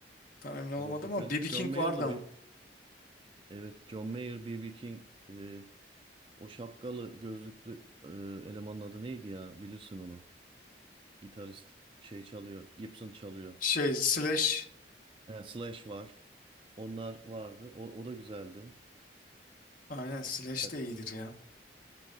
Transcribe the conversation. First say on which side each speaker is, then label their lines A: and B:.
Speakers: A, on the left; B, on the right.
A: Tam emin olamadım
B: Olabilir.
A: ama
B: Ben
A: B B
B: John
A: King
B: Mayer'lı
A: vardı ama.
B: bir evet John Mayer B.B. King e, o şapkalı gözlüklü e, elemanın adı neydi ya? Bilirsin onu. Gitarist şey çalıyor. Gibson çalıyor.
A: Şey Slash.
B: He, Slash var. Onlar vardı. O, o da güzeldi.
A: Aynen Slash
B: Evet,
A: de iyidir ya.